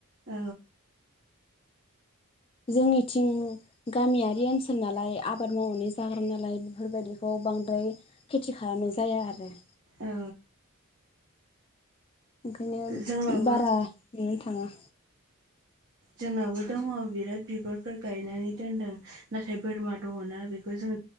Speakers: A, on the right (about 55°); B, on the left (about 25°).
A: औ।
B: जोंनिथिं गामियारि ओनसोल नालाय आबाद मावनानै जाग्रा नालाय बेफोरबायदिखौ बांद्राय खेथि खालामनाय जाया आरो।
A: ओ।
B: ओंखायनो
A: जोंनावबो
B: बारा नुनो थाङा।
A: जोंनावो दङ बिराद बिबारफोर गायनानै दोनदों नाथाय बोरमा दङना बेखौ जों